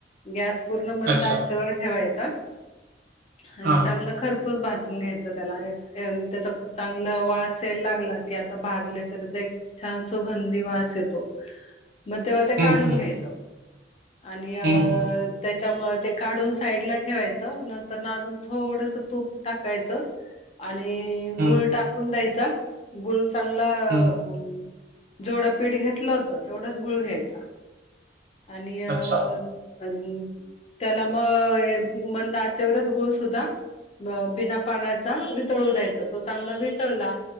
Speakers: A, on the left (about 35°); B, on the right (about 55°).
A: गॅस पूर्ण मंद
B: अच्छा.
A: आचेवर ठेवायचा आणि
B: हा.
A: चांगला खर पूस भाजून घ्यायचं त्याला एन त्याचा चांगलं वास यायला की आता भाजले तेज्यात ते एक छान सुगंधी वास येतो, मग तेव्हा ते
B: हं,
A: काढून
B: हं,
A: घ्यायचं. आणि अं
B: हं, हं,
A: त्याच्यामुळे ते काढून साईडला ठेवायचं नंतरना अजून थोडस तूप टाकायचं. आणि
B: हं,
A: गुळ टाकून द्यायचा, गुळ चांगला आं
B: हं.
A: म जेवढं पीठ घेतलं होतं तेवढच गुळ घ्यायचा. यत
B: अच्छा.
A: आणि त्याला मग मंद आचेवरच गूळ सुद्धा ब बिना पाण्याचा वितळू द्यायचा, तो चांगला वितळला